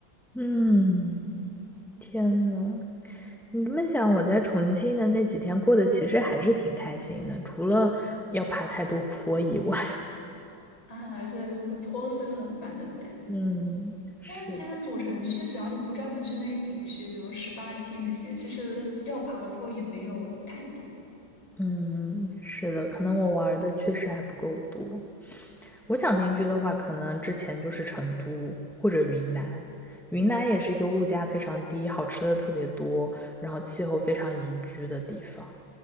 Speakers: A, in the centre; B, on the left.
A: 嗯，天呐，你这么想，我在重庆的那几天过得其实还是挺开心的，除了要爬太多坡以外。
B: 啊，<laughs> 这是坡是个很烦的点。
A: 嗯，是。
B: 但是其实主城区，只要你不专门去那些景区，比如十八梯那些，其实要爬的坡也没有太多。
A: 嗯，是的，可能我玩儿的确实还不够多。我想定居的话，可能之前就是成都或者云南。云南也是一个物价非常低、好吃的特别多，然后气候非常宜居的地方。